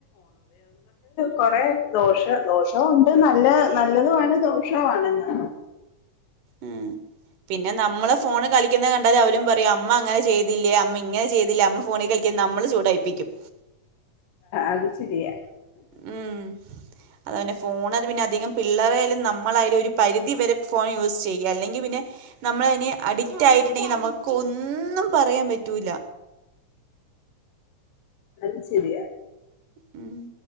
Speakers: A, on the left; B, on the right.
A: കൊറേ ദോഷ ദോഷവും ഉണ്ട് നല്ല നല്ലതുമാണ് ദോഷവും ആണ്ന്നാ
B: ഉം പിന്നെ നമ്മള് ഫോണ് കളിക്കുന്ന കണ്ടാല് അവരും പറയും അമ്മ അങ്ങനെ ചെയ്തില്ലേ അമ്മ ഇങ്ങനെ ചെയ്തില്ല അമ്മ ഫോണിൽ കളിക്കാ നമ്മള് ചൂടായിപ്പിക്കും
A: അത് ശരിയാ
B: ഉം അതാ പിന്നെ ഫോണത് പിന്നെ അധികം പിള്ളേരായാലും നമ്മളായാലും ഒരു പരിധിവരെ ഫോൺ യൂസ് ചെയ്യാ അല്ലെങ്കി പിന്നെ നമ്മളയിന് അഡിക്റ്റായിട്ടുണ്ടെങ്കി നമുക്ക് ഒന്നും പറയാൻ പറ്റൂല്ല
A: അത് ശെരിയാ
B: ഉം